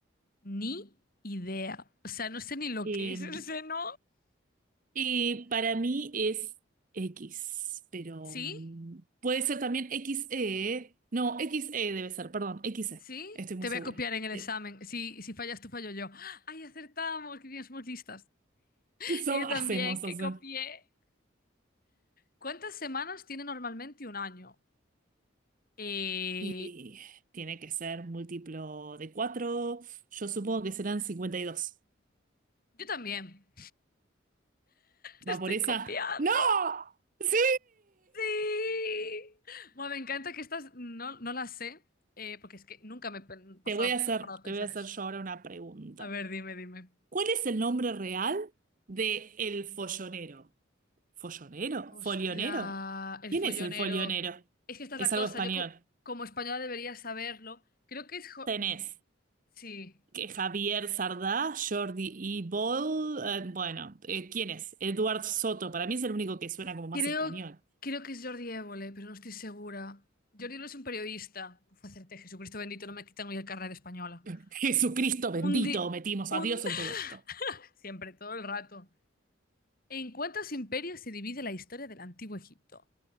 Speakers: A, on the left; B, on the right.
A: Ni idea. O sea, no sé ni lo
B: Eh,
A: que es el seno.
B: y para mí es X, pero
A: ¿Sí?
B: mm, puede ser también XE. No, XE debe ser, perdón, XE.
A: ¿Sí?
B: Estoy muy
A: Te voy
B: segura.
A: a copiar en el examen.
B: Sí.
A: Si, si fallas tú, fallo yo. ¡Ay, acertamos! ¡Qué bien, somos listas!
B: Sob
A: Y yo también,
B: hacemos,
A: que
B: entonces.
A: copié. ¿Cuántas semanas tiene normalmente un año? Eh,
B: Y tiene que ser múltiplo de cuatro Yo supongo que serán cincuenta y dos
A: yo también. Te
B: ¿Va
A: estoy
B: por esa?
A: copiando.
B: ¡No! ¡Sí!
A: Sí. Bueno, me encanta que estas no, no las sé, eh, porque es que nunca me he pen- pasado,
B: Te voy a hacer,
A: he parado a
B: te
A: pensar
B: voy a hacer
A: eso.
B: yo ahora una pregunta.
A: A ver, dime, dime.
B: ¿Cuál es el nombre real de el follonero? ¿Follonero?
A: Hostia,
B: ¿Folionero?
A: el
B: ¿Quién
A: follonero.
B: es el folionero?
A: Es que esta es
B: Es
A: la cosa.
B: algo español.
A: Yo co- como española debería saberlo. Creo que es... Jo-
B: Tenés
A: sí.
B: que Javier Sardá, Jordi E. Ball, eh, bueno, eh, ¿quién es? Eduard Soto, para mí es el único que suena como más
A: Creo,
B: español.
A: creo que es Jordi Évole, pero no estoy segura. Jordi Évole es un periodista. Uf, acerté, Jesucristo bendito, no me quitan hoy el carnet de española.
B: <laughs> Jesucristo
A: Un
B: bendito,
A: di...
B: metimos
A: Un...
B: a Dios
A: <laughs>
B: en todo esto.
A: Siempre, todo el rato. ¿En cuántos imperios se divide la historia del Antiguo Egipto?